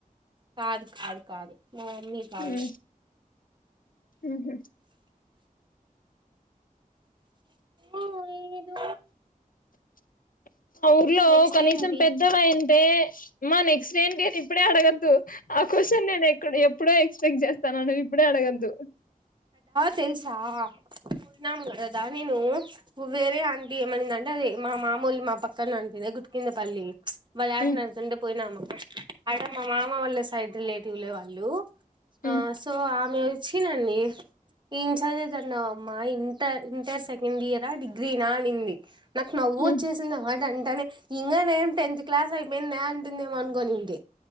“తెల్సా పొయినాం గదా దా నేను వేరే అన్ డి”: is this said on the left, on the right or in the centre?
Right